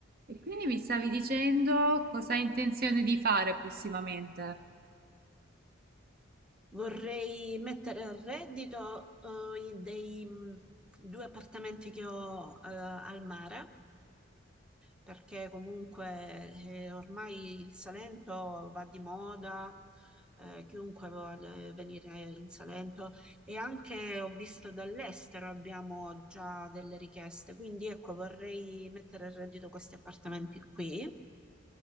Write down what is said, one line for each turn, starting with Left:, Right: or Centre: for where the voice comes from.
Right: E quindi mi stavi dicendo cosa hai intenzione di fare prossimamente?
Centre: Vorrei mettere a reddito, eh, i- dei mh, due appartamenti che ho, eh, al mare perché comunque eh, ormai il Salento va di moda, eh, chiunque vuole venire in Salento e anche ho visto dall'estero abbiamo già delle richieste, quindi ecco vorrei mettere a reddito questi appartamenti qui.